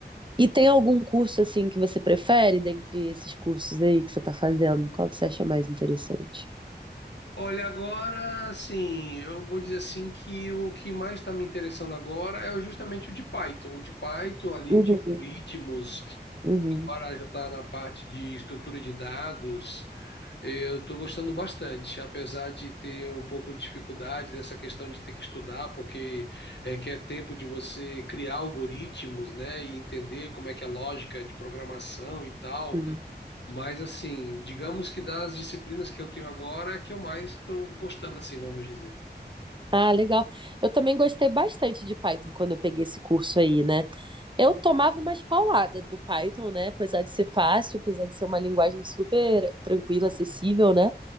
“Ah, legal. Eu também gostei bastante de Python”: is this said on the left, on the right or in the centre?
Right